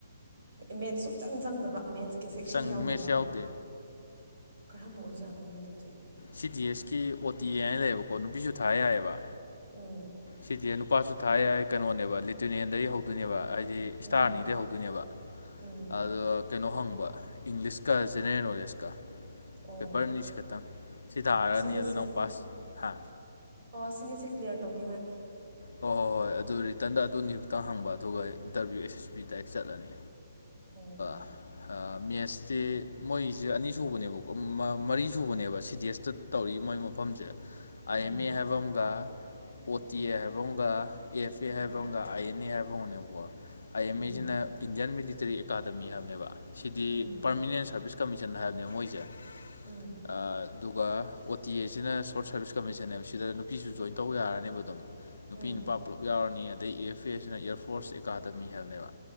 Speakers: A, on the right; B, on the left.
A: ꯃꯦꯠꯁ ꯁꯨꯛꯆꯪ ꯆꯪꯗꯕ ꯃꯦꯠꯁꯀꯤ ꯁꯦꯛꯁꯟ
B: ꯆꯪ
A: ꯌꯥꯎꯗꯕ
B: ꯃꯦꯠꯁ ꯌꯥꯎꯗꯦ
A: ꯀꯔꯝꯕ ꯑꯣꯏꯖꯥꯠꯅꯣꯅꯦ ꯑꯗꯨꯗꯤ
B: ꯁꯤ ꯇꯤ ꯑꯦꯁ ꯀꯤ ꯑꯣ ꯇꯤ ꯑꯦ ꯍꯥꯏꯅ ꯂꯩꯌꯦꯕꯀꯣ ꯅꯨꯄꯤꯁꯨ ꯊꯥ ꯌꯥꯏꯌꯦꯕ
A: ꯎꯝ
B: ꯁꯤꯗꯤ ꯅꯨꯄꯥꯁꯨ ꯊꯥ ꯌꯥꯏ ꯀꯩꯅꯣꯅꯦꯕ ꯂꯤꯇ꯭ꯔꯤꯅꯦꯟꯗꯒꯤ ꯍꯧ ꯗꯣꯏꯅꯦꯕ ꯍꯥꯏꯗꯤ
A: ꯎꯝ
B: ꯏꯁꯇꯥꯔ ꯑꯅꯤꯗꯩ ꯍꯧꯗꯣꯏꯅꯦꯕ
A: ꯎꯝ
B: ꯑꯗꯣ ꯀꯩꯅꯣ ꯍꯪꯕ ꯏꯪꯂꯤꯁꯀ ꯖꯦꯅꯔꯦꯜ ꯅꯣꯂꯦꯖꯀ
A: ꯑꯣ
B: ꯄꯦꯄꯔ ꯑꯅꯤꯁꯤ ꯈꯛꯇꯪ ꯁꯤ ꯊꯥꯔꯅꯤ
A: ꯑꯁꯤꯅꯤꯁꯦ
B: ꯑꯗꯨ ꯅꯪ ꯄꯥꯁ ꯍꯥ
A: ꯑꯣ ꯁꯤꯅꯤꯁꯦ ꯀ꯭ꯂꯤꯌꯥꯔ ꯇꯧꯅꯤꯡꯉꯥꯏ
B: ꯍꯣꯏ ꯍꯣꯏ ꯍꯣꯏ ꯑꯗꯨ ꯔꯤꯇꯔꯟꯗ ꯑꯗꯨꯅꯤ ꯈꯨꯛꯇꯪ ꯍꯪꯕ ꯑꯗꯨꯒ interview S S B direct ꯆꯠꯂꯅꯤ
A: ꯑꯣ
B: ꯑꯥ ꯃꯦꯠꯁꯇꯦ ꯃꯣꯏꯁꯦ ꯑꯅꯤꯁꯨꯕꯅꯦꯕꯀꯣ ꯃꯔꯤ ꯁꯨꯕꯅꯦꯕ ꯁꯤ ꯇꯤ ꯑꯦꯁꯇ ꯇꯧꯔꯤ ꯃꯣꯏ ꯃꯐꯝꯁꯦ ꯑꯥꯏ
A: ꯎꯝ
B: ꯑꯦꯝ ꯑꯦ ꯍꯥꯏꯕ ꯑꯃꯒ ꯑꯣ ꯇꯤ ꯑꯦ ꯍꯥꯏꯕ ꯑꯃꯒ ꯑꯦꯐ
A: ꯎꯝ
B: ꯑꯦ ꯍꯥꯏꯕꯝꯒ ꯑ ꯥꯑꯦꯟ ꯑꯦ ꯍꯥꯏꯕꯝꯒꯅꯦꯕꯀꯣ ꯑ ꯑꯦꯟ
A: ꯎꯝ
B: ꯁꯤꯅ ꯏꯟꯗꯤꯌꯥꯟ ꯃꯤꯂꯤꯇꯔꯤ ꯑꯦꯀꯥꯗꯃꯤ ꯍꯥꯏꯕꯅꯦꯕ ꯁꯤꯗꯤ
A: ꯎꯝ
B: ꯄꯥꯔꯃꯤꯅꯦꯟ ꯁꯔꯚꯤꯁ ꯀꯃꯤꯁꯟ ꯍꯥꯏꯕꯅꯦꯕ ꯃꯣꯏꯁꯦ
A: ꯎꯝ
B: ꯑꯥ ꯑꯗꯨꯒ ꯑꯣ ꯇꯤ ꯑꯦꯁꯤꯅ ꯁꯣꯔꯠ ꯁꯥꯔꯚꯤꯁ ꯀꯝꯃꯤꯁꯟꯅꯦꯕ ꯁꯤꯗ ꯅꯨꯄꯤꯁꯨ ꯖꯣꯏꯟ ꯇꯧꯕ ꯌꯥꯔꯅꯦꯕ ꯑꯗꯨꯝ ꯅꯨꯄꯤ
A: ꯎꯝ
B: ꯅꯨꯄꯥ ꯄꯨꯜꯂꯞ ꯌꯥꯎꯔꯅꯤ ꯑꯗꯩ ꯑꯦ ꯐꯦ ꯑꯦꯁꯤꯅ ꯑꯦꯌꯥꯔ ꯐꯣꯔꯁ ꯑꯦꯀꯥꯗꯃꯤ ꯍꯥꯏꯕꯅꯦꯕ